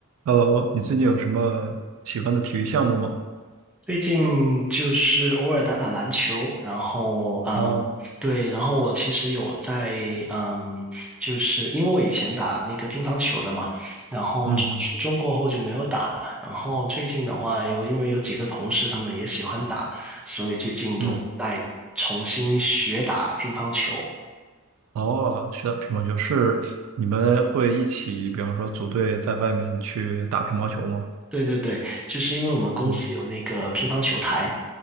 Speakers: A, on the right (about 75°); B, in the centre.
A: Hello，你最近有什么喜欢的体育项目吗？
B: 最近就是偶尔打打篮球，然后嗯，
A: 哦，
B: 对，然后我其实有在嗯，就是因为我以前打那个乒乓球的嘛，然后从初中过后就没有打了，
A: 嗯嗯
B: 然后最近的话有因为有几个同事他们也喜欢打，所以最近有在重新学打乒乓球。
A: 嗯，哦，学打乒乓球是你们会一起，比方说组队在外面去打乒乓球吗？
B: 对对对，就是因为我们公司有那个乒乓球台。
A: 嗯，